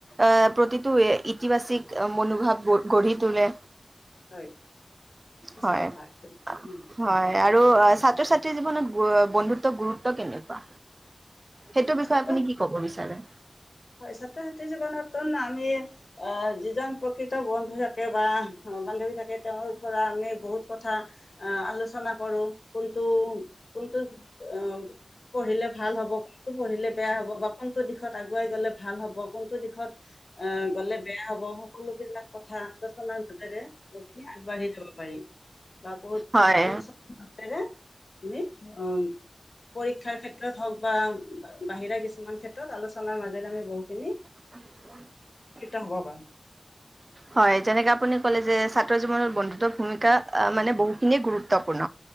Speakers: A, on the right; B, on the left.
A: আহ', প্ৰতিটো ইতিবাচিক মনোভাৱ গঢ়ি তোলে।
B: হয়', সঁচা
A: হয়।
B: কথা এইটো উম',।
A: হয় আৰু অ', ছাত্ৰ-ছাত্ৰীৰ জীৱনত বন্ধুত্ব, গুৰুত্ব কেনেকুৱা? সেইটো বিষয়ে
B: ছাত্ৰ
A: আপুনি কি ক'ব বিচাৰে?
B: হয়', ছাত্ৰ-ছাত্ৰী জীৱনতো আমি অ', যিজন প্ৰকৃত বন্ধু থাকে বা বান্ধৱী থাকে, তেওঁৰ পৰা আমি বহুত ক কথা আলোচনা কৰো। কোনটো-কোনটো অ', পঢ়িলে ভাল হ'ব, কোনটো পঢ়িলে বেয়া হ'ব বা কোনটো দিশত আগ, পোৱাই গ'লে ভাল হ'ব কোনটো দিশত, আহ', গ'লে বেয়া হব। সকলোবিলাক কথা আলোচনাৰ মাজেৰে বহুখিনি আগবাঢ়ি যাব পাৰি বা বহুত
A: হয়।
B: আলোচনাৰ মাজেৰে আমি অ', পৰীক্ষাৰ ক্ষেত্ৰত হক বা বাহিৰা কিছুমান ক্ষেত্ৰত আলোচনা, আলোচনাৰ মাজেৰে আমি বহুখিনি,
A: <unintelligible>
B: <unintelligible>
A: হয়', যেনেকে আপুনি কলে যে- ছাত্ৰ জীৱনত বন্ধুত্ব ভূমিকা মানে বহুখিনিয়ে গুৰুত্বপূৰ্ণ